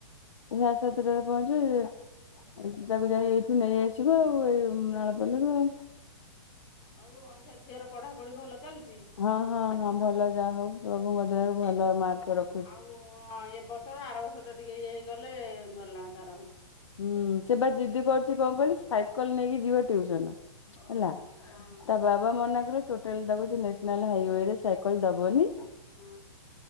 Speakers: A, on the left; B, on the left.
A: ସାଢ଼େ ସାତଟାରେ ପହଁଚିବ। ତାକୁ ଯାଇ ଏଇଠୁ ନେଇଆସିବ ଆଉ ଏଇ ନାଳପଲିରୁ ଆଉ।
B: ଆଉ ଅଇଝା ଝିଅର ପଢ଼ାପଢ଼ି ଭଲ ଚାଲିଛି।
A: ହଁ ହଁ ହଁ ଭଲ ଯାହା ହଉ ପ୍ରଭୁଙ୍କ ଦୟାରୁ ଭଲ ମାର୍କ ରଖ
B: ଆଉ ଏ ବର୍ଷର ଆର ବର୍ଷ ଟା ଟିକେ ଇଏ ହେଇଗଲେ ଗଲା ତାର।
A: ହୁଁ। ସେ ବା ଜିଦି କରୁଚି କଣ କହିଲୁ ସାଇକଲ ନେଇକି ଯିବ ଟିଉସନ। ହେଲା।
B: ଓହୋ। ହଁ
A: ତା ବା ବା ମନା କଲେ ଟୋଟାଲ ତାକୁ ସେ ନେସନାଲ୍ ହାଇୱେ ରେ ସାଇକଲ ଦବନି।
B: ହଁ।